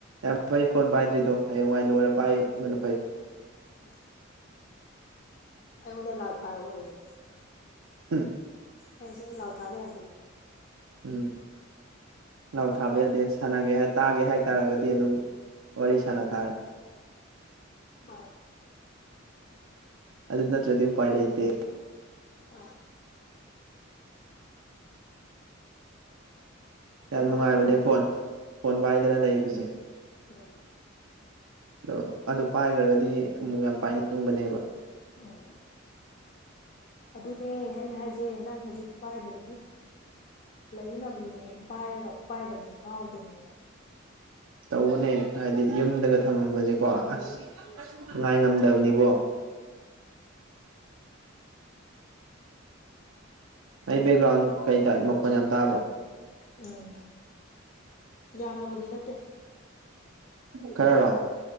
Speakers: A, on the right; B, on the left.
A: ꯌꯥꯝ ꯐꯩ ꯐꯣꯟ ꯄꯥꯏꯗ꯭ꯔꯤꯗꯣ ꯍꯌꯦꯡꯋꯥꯏ ꯂꯣꯏꯔ ꯄꯥꯏꯕꯅ ꯐꯩ
B: ꯎꯝ ꯑ ꯑꯣꯗꯅ ꯂꯥꯎ ꯊꯥꯔꯌꯦ
A: ꯎꯝ
B: ꯄꯁꯤꯅꯤ ꯂꯥꯎ ꯊꯥꯕ ꯌꯥꯗ
A: ꯎꯝ ꯂꯥꯎ ꯊꯥꯕ ꯌꯥꯗꯦ ꯁꯥꯟꯅꯒꯦ ꯇꯥꯒꯦ ꯍꯥꯏꯇꯥꯥꯔꯒꯗꯤ ꯑꯗꯨꯝ ꯑꯣꯔꯤꯁꯥꯅ ꯇꯥꯔꯦ
B: ꯃꯥꯁ
A: ꯑꯗꯨ ꯅꯠꯇ꯭ꯔꯗꯤ ꯎꯄꯥꯏ ꯂꯩꯇꯦ
B: ꯑꯥ
A: ꯌꯥꯝ
B: ꯃꯉꯥꯟ
A: ꯅꯨꯡꯉꯥꯏꯕꯅꯦ
B: ꯇꯨꯝꯒ꯭ꯔꯕꯣ
A: ꯐꯣꯟ ꯐꯣꯟ ꯄꯥꯏꯗꯅ ꯂꯩꯕꯁꯦ
B: ꯎꯝ
A: ꯑꯗꯣ ꯑꯗꯨ ꯄꯥꯏꯈ꯭ꯔꯒꯗꯤ ꯑꯃꯨꯛ ꯌꯥꯝ ꯄꯥꯏꯅꯤꯡꯕꯅꯦꯕ
B: ꯎꯝ ꯑꯗꯨꯅꯦ ꯑꯩꯅ ꯍꯥꯏꯖꯩꯦ ꯅꯪ ꯍꯧꯖꯤꯛ ꯄꯥꯏꯗꯗꯤ ꯂꯩ ꯉꯃꯤꯅꯦ ꯄꯥꯏꯔꯒ ꯄꯥꯏꯗꯕꯗꯣ ꯉꯥꯎꯗꯣꯏꯅꯦ
A: ꯇꯧꯕꯅꯦ ꯍꯥꯏꯗꯤ ꯌꯨꯝꯗꯒ ꯊꯝꯃꯝꯕꯁꯦꯀꯣ ꯑꯁ ꯉꯥꯏ ꯉꯝ ꯕꯅꯤꯕꯣ ꯑꯩ ꯕꯦꯛꯒ꯭ꯔꯥꯎꯟ ꯀꯩ ꯇꯥꯏ ꯃꯈꯣꯟ ꯌꯥꯝ ꯇꯥꯕ꯭ꯔꯥ
B: ꯎꯝ ꯌꯥꯝꯅꯕꯨꯗꯤ ꯅꯠꯇꯦ
A: <inaudible> ꯈꯔꯔꯣ